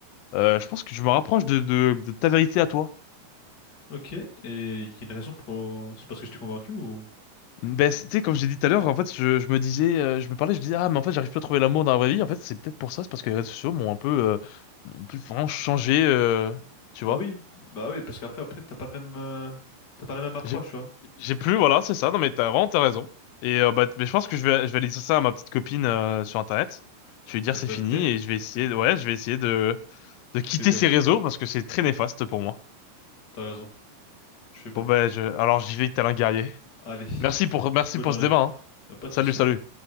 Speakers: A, on the left; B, on the left.
A: Euh, je pense que je me rapproche de, de de ta vérité à toi.
B: Ok, et il y a une raison pour, c'est parce que je t'ai convaincu ou?
A: Ben, c'est- tu sais, comme je l'ai dit tout à l'heure, en fait, je, je me disais, euh, je me parlais, je disais, ah, mais en fait, j'arrive plus à trouver l'amour dans la vraie vie. En fait, c'est peut-être pour ça, c'est parce que les réseaux sociaux m'ont un peu, euh, m'ont plus vraiment changé, euh, tu
B: Bah
A: vois.
B: oui, bah oui, parce qu'après, après, t'as pas le même, euh, t'as pas la même approche,
A: J'ai,
B: tu vois.
A: j'ai plus, voilà, c'est ça. Non, mais t'as vraiment, t'as raison. Et, euh, bah, mais je pense que je vais, je vais aller dire ça à ma petite copine, euh, sur Internet. Je vais lui
B: Tu
A: dire
B: vas,
A: c'est
B: tu vas
A: fini
B: quitter?
A: et je vais
B: Ok.
A: essayer, de- ouais, je vais essayer de, de quitter
B: Tu fais bien,
A: ces
B: tu.
A: réseaux parce que c'est très néfaste pour moi.
B: T'as raison. Tu fais bien.
A: Bon, ben, je, alors j'y vais, tel un guerrier.
B: Allez,
A: Merci pour, merci
B: bonne
A: pour
B: journée.
A: ce débat, hein.
B: Y a pas de
A: Salut,
B: souci.
A: salut.